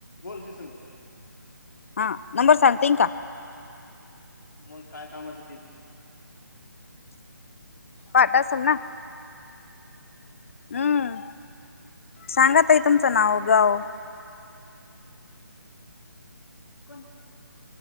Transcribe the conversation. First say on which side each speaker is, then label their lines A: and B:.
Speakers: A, on the left (about 75°); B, on the left (about 40°).
A: बोलते सांग
B: हा नंबर सांग तेंका
A: मग काय कामाचं ते मी
B: पाठ असेल ना हम्म सांगातई तुमचं नाव गाव
A: कोण